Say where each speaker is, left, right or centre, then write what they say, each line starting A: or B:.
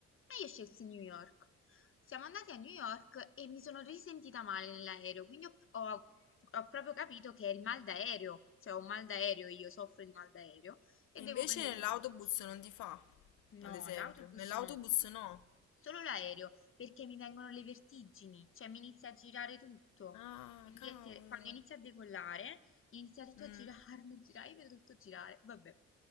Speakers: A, on the left (about 45°); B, on the left (about 80°).
A: E io scelsi New York. Siamo andati a New York e mi sono risentita male nell'aereo, quindi ho, ho- ho proprio capito che è il mal d'aereo, cioè ho un mal d'aereo, io soffro di mal d'aereo e
B: E
A: devo
B: invece
A: prendermi
B: nell'autobus
A: delle medicine.
B: non ti fa, ad
A: No,
B: esempio.
A: l'autobus
B: Nell'autobus
A: no,
B: no.
A: solo l'aereo, perché mi vengono le vertigini, cioè mi inizia a girare tutto.
B: Ah,
A: Quindi
B: cavolo.
A: è ter- quando inizia a decollare, inizia tutto
B: Mm.
A: a girarmi, <laughs> girare, io vedo tutto girare, vabbè.